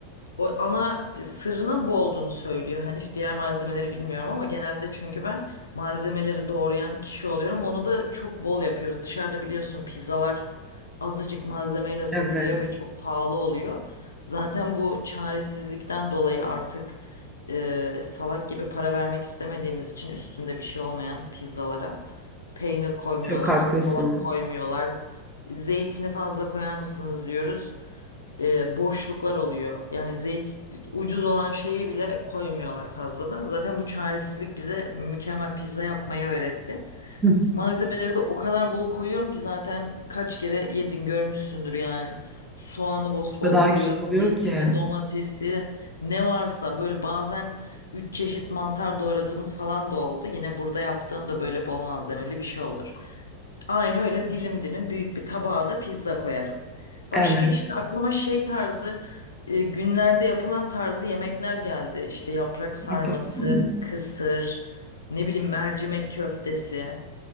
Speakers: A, on the left; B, in the centre.
A: o ana sırrının bu olduğunu söylüyor Hanif. Diğer malzemeleri bilmiyorum ama genelde çünkü ben malzemeleri doğrayan kişi oluyorum. Onu da çok bol yapıyoruz. Dışarıda biliyorsun pizzalar azıcık malzemeyle satılıyor
B: evet,
A: ve çok pahalı oluyor. Zaten bu çaresizlikten dolayı artık e, salak gibi para vermek istemediğimiz için üstünde bir şey olmayan pizzalara peynir koymuyorlar,
B: çok haklısınız.
A: salat koymuyorlar. Zeytini fazla koyar mısınız diyoruz e, boşluklar oluyor. Yani zeyt ucuz olan şeyi bile koymuyorlar fazladan. Zaten bu çaresizlik bize mükemmel pizza yapmayı öğretti.
B: <laughs>
A: Malzemeleri de o kadar bol koyuyorum ki zaten kaç kere yedin görmüşsündür yani. Soğanı bosbol
B: O kadar
A: koyuyorum,
B: güzel oluyor
A: zeytini,
B: ki.
A: domatesi, ne varsa böyle bazen üç çeşit mantar doğradığımız falan da oldu. Yine burada yaptığım da böyle bol malzemeli bir şey olur. Aynı öyle dilim dilim büyük bir tabağa da pizza koyarım.
B: Evet.
A: Başka işte aklıma şey tarzı e, günlerde yapılan tarzı yemekler geldi. İşte yaprak sarması,
B: Aferin.
A: kısır, ne bileyim mercimek köftesi.